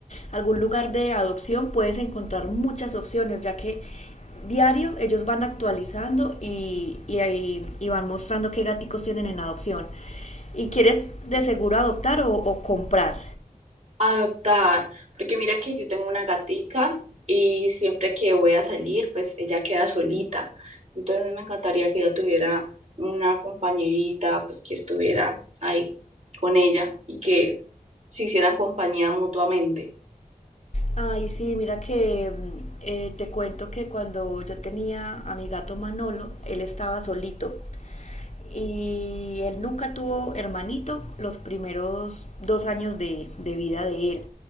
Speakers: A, on the left; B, on the right.
A: algún lugar de adopción, puedes encontrar muchas opciones, ya que diario ellos van actualizando y, y, ahí- y van mostrando qué gaticos tienen en adopción. ¿Y quieres de seguro adoptar o, o comprar?
B: adoptar, porque mira que yo tengo una gatica y siempre que voy a salir, pues ella queda solita. Entonces me encantaría que ella tuviera una compañerita, pues que estuviera ahí con ella y que se hicieran compañía mutuamente.
A: Ay, sí, mira que mm, eh, te cuento que cuando yo tenía a mi gato Manolo, él estaba solito y él nunca tuvo hermanito los primeros dos años de, de vida de él.